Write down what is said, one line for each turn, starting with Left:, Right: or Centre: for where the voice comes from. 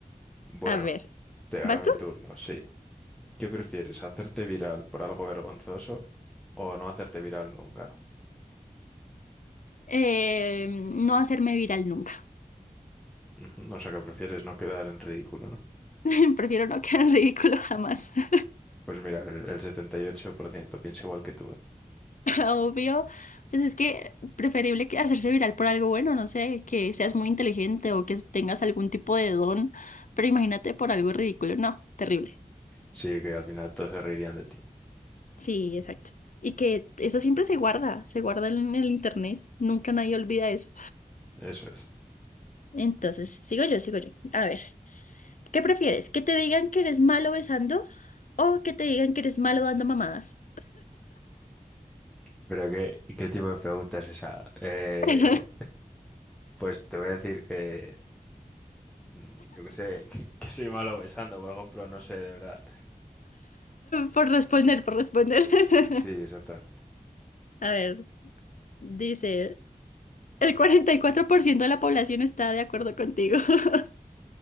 Centre: Bueno,
Left: A ver,
Centre: te
Left: ¿vas
Centre: ahora mi
Left: tú?
Centre: turno, sí. ¿Qué prefieres? ¿Hacerte viral por algo vergonzoso o no hacerte viral nunca?
Left: Eh, no hacerme viral nunca.
Centre: Ujú, O sea, que prefieres no quedar en ridículo, ¿no?
Left: <laughs> Prefiero no quedar en ridículo jamás. <laughs>
Centre: Pues mira, el, el 78% piensa igual que tú. ¿eh?
Left: Obvio, pues es que preferible que hacerse viral por algo bueno, no sé, que seas muy inteligente o que tengas algún tipo de don, pero imagínate por algo ridículo, no, terrible.
Centre: Sí, que al final todos se reirían de ti.
Left: Sí, exacto. Y que eso siempre se guarda, se guarda en el internet, nunca nadie olvida eso.
Centre: Eso es.
Left: Entonces, sigo yo, sigo yo. A ver, ¿qué prefieres? ¿Que te digan que eres malo besando o que te digan que eres malo dando mamadas?
Centre: Pero qué, ¿y qué tipo de pregunta es esa? Eh,
Left: <laughs>
Centre: pues te voy a decir que, mm, yo qué sé, <laughs> Que que soy malo besando, por ejemplo, no sé, de verdad.
Left: Por responder, por responder. <laughs>
Centre: sí, exactamente.
Left: A ver, dice, el 44% de la población está de acuerdo contigo. <laughs>